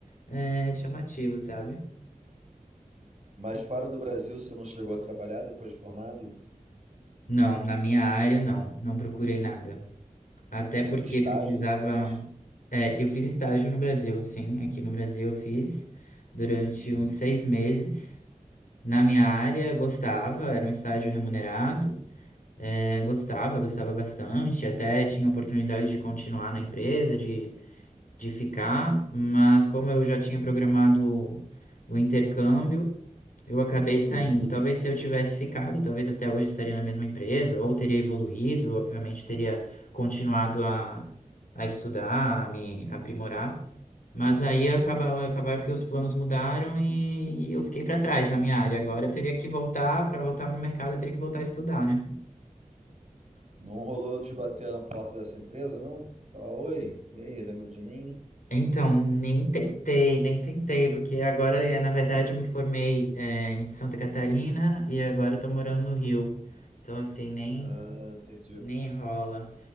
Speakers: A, on the left (about 75°); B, on the right (about 50°).
A: é, chamativos, sabe?
B: mas fora do Brasil, você não chegou a trabalhar depois de formado?
A: Não, na minha área, não. Não procurei nada. Até
B: Ah,
A: porque
B: estágio
A: precisava.
B: você fez?
A: É, eu fiz estágio no Brasil, sim. Aqui no Brasil eu fiz durante
B: Uhum.
A: uns seis meses. Na minha área, gostava, era um estágio remunerado. É, gostava, gostava bastante, até tinha oportunidade de continuar na empresa, de, de ficar, mas como eu já tinha programado o intercâmbio, eu acabei saindo.
B: Uhum.
A: Talvez se eu tivesse ficado, talvez até hoje eu estaria na mesma empresa, ou teria evoluído, obviamente teria continuado a, a estudar, a me aprimorar, mas aí acabava acabaram que os planos mudaram e, e eu fiquei para trás na minha área. Agora eu teria que voltar, para voltar para o mercado, eu teria que voltar a estudar, né?
B: Não rolou de bater na porta dessa empresa, não? Falar, oi, e aí, lembra de mim?
A: Então, nem tentei, nem tentei, porque agora, eh, na verdade, eu me formei, eh, em Santa Catarina e agora eu tô morando no Rio. Então, assim, nem,
B: Ah, entendi.
A: nem rola.